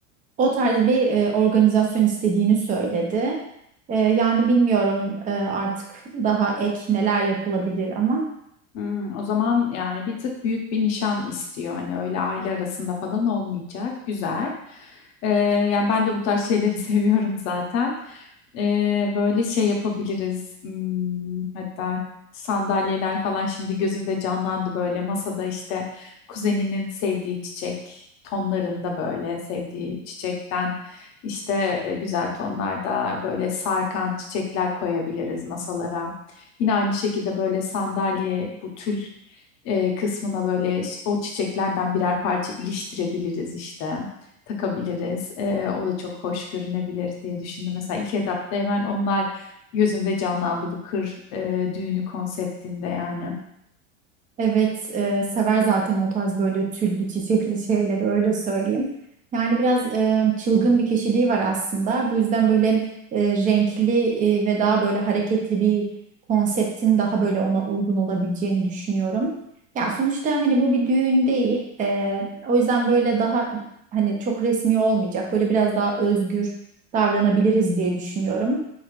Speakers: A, on the right (about 20°); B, on the left (about 40°).
A: O tarz bir e, organizasyon istediğini söyledi. E, yani bilmiyorum e, artık daha ek neler yapılabilir ama.
B: Hmm, o zaman yani bir tık büyük bir nişan istiyor. Hani öyle aile arasında falan olmayacak. Güzel. Ee, yani ben de bu tarz şeyleri <laughs> seviyorum zaten. Ee, böyle şey yapabiliriz. Hmm, hatta sandalyeler falan şimdi gözümde canlandı böyle. Masada işte kuzeninin sevdiği çiçek tonlarında böyle sevdiği çiçekten işte e, güzel tonlarda böyle sarkan çiçekler koyabiliriz masalara. Yine aynı şekilde böyle sandalye bu tül e, kısmına böyle ş- o çiçeklerden birer parça iliştirebiliriz işte. Takabiliriz. E, o da çok hoş görünebilir diye düşündüm. Mesela ilk etapta hemen onlar gözümde canlandı bu kır e, düğünü konseptinde yani.
A: Evet, e, sever zaten o tarz böyle tüllü çiçekli şeyleri öyle söyleyeyim. Yani biraz e, çılgın bir kişiliği var aslında. Bu yüzden böyle e, renkli e, ve daha böyle hareketli bir konseptin daha böyle ona uygun olabileceğini düşünüyorum. Ya sonuçta hani bu bir düğün değil. E, o yüzden böyle daha hani çok resmi olmayacak. Böyle biraz daha özgür davranabiliriz diye düşünüyorum.